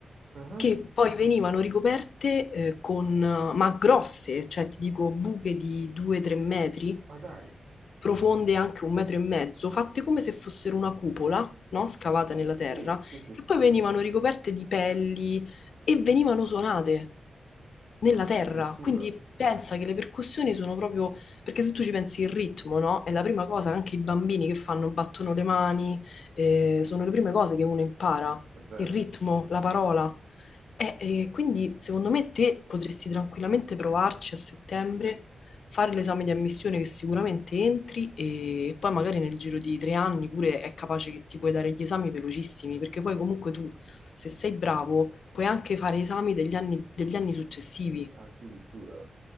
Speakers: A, on the right; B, on the left.
A: Ah,
B: che poi venivano ricoperte eh, con, ma grosse, cioè ti dico buche di 2-3 metri,
A: Ma dai,
B: profonde anche un metro e mezzo, fatte come se fossero una cupola, no? Scavata nella terra,
A: sì, sì, sì,
B: che
A: sì.
B: poi venivano ricoperte di pelli e venivano suonate
A: Ah,
B: nella
A: addirittura,
B: terra. Quindi pensa che le percussioni sono proprio, perché se tu ci pensi il ritmo, no? È la prima cosa che anche i bambini che fanno, battono le mani, eh, sono le prime cose che uno impara
A: è vero,
B: il ritmo, la parola. E, e quindi secondo me te potresti tranquillamente provarci a settembre, fare l'esame di ammissione che sicuramente entri e poi magari nel giro di tre anni pure è capace che ti puoi dare gli esami velocissimi, perché poi comunque tu, se sei bravo, puoi anche fare esami degli anni, degli anni successivi.
A: addirittura.